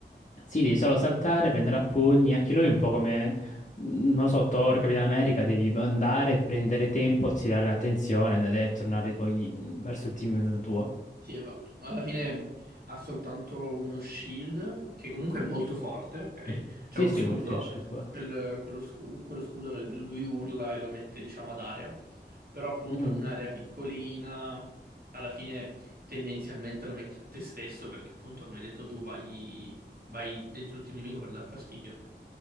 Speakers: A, on the left (about 40°); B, on the right (about 55°).
A: Sì, devi solo saltare, prendere a pugni. Anche lui è un po' come, mm, non lo so, Thor, Capitan America. Devi andare, prendere tempo, attirare l'attenzione ed è tornare poi mm, verso il team tuo.
B: Sì, esatto. Alla fine ha soltanto uno shield, che comunque è molto forte,
A: <laughs>
B: ok? C'è
A: Sì,
B: uno
A: sì,
B: scudo,
A: Wolfish Sport.
B: quel- quello, scu- quello scudo che lui urla e lo mette, diciamo, ad aria. Però appunto
A: Mhm.
B: è un'area piccolina, alla fine tendenzialmente lo metti a te stesso, perché appunto, come hai detto tu, vai, vai dentro il team nemico per dar fastidio.